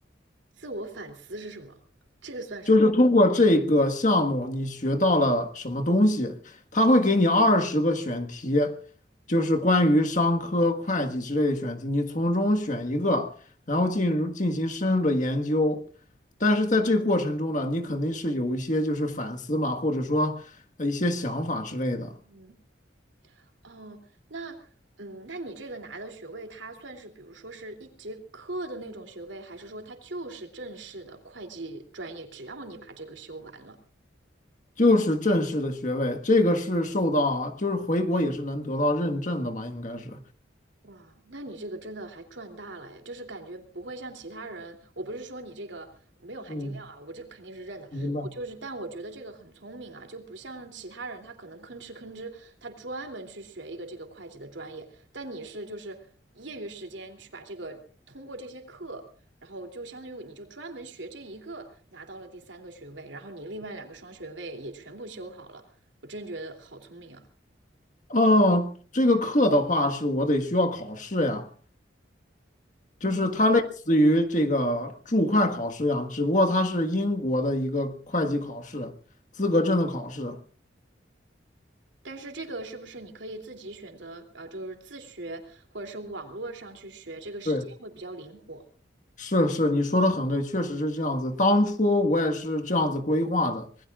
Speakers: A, on the right; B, on the left.
A: 自我反思是什么？这个算什么？
B: 就是通过这个项目，你学到了什么东西？他会给你二十个选题，就是关于商科、会计之类的选题，你从中选一个，然后进入进行深入的研究。但是在这过程中呢，你肯定是有一些就是反思嘛，或者说呃一些想法之类的，
A: 嗯，哦，那嗯，那你这个拿的学位，它算是比如说是一节课的那种学位，还是说它就是正式的会计专业，只要你把这个修完了？
B: 就是正式的学位，这个是受到就是回国也是能得到认证的嘛，应该是。
A: 哇，那你这个真的还赚大了哎，就是感觉不会像其他人，我不是说你这个没有含金量啊，
B: 嗯，
A: 我这肯定是认的，
B: 明白。
A: 我就是，但我觉得这个很聪明啊，就不像其他人，他可能吭哧吭哧，他专门去学一个这个会计的专业，但你是就是业余时间去把这个通过这些课，然后就相当于你就专门学这一个，拿到了第三个学位，然后你另外两个双学位也全部修好了，我真觉得好聪明啊，
B: 哦，这个课的话是我得需要考试呀，就是它类似于这个注会考试一样，
A: 嗯。
B: 只不过它是英国的一个会计考试，资格证的考试。
A: 但是这个是不是你可以自己选择，呃，就是自学或者是网络上去学，这个时间会比较灵活。
B: 对，是是，你说的很对，确实是这样子。当初我也是这样子规划的，